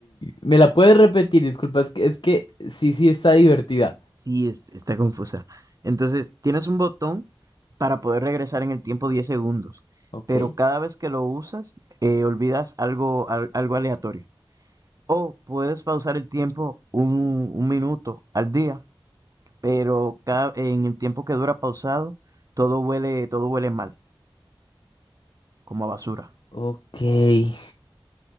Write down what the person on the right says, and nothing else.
Sí, es- está confusa. Entonces, tienes un botón para poder regresar en el tiempo 10 segundos,
pero cada vez que lo usas, eh, olvidas algo, al- algo aleatorio. O puedes pausar el tiempo un, un minuto al día, pero cada- en el tiempo que dura pausado, todo huele, todo huele mal, como a basura.